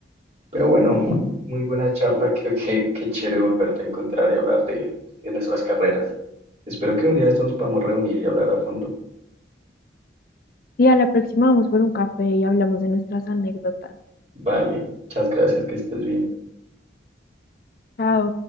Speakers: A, on the right; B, on the left.
A: Pero bueno, muy buena charla, que qué, qué chévere volverte a encontrar y hablar de, de nuestras carreras. Espero que un día de estos nos podamos reunir y hablar a fondo.
B: Sí, a la próxima vamos por un café y hablamos de nuestras anécdotas.
A: Vale, muchas gracias, que estés bien.
B: Chao.